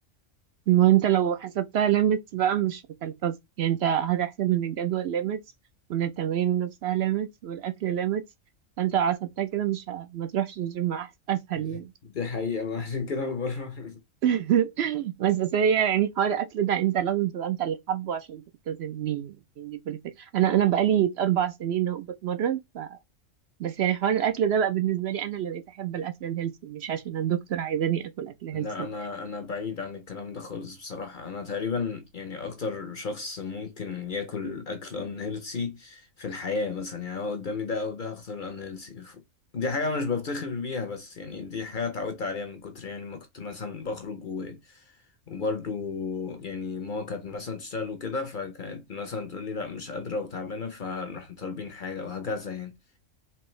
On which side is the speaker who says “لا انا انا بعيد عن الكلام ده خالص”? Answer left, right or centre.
Left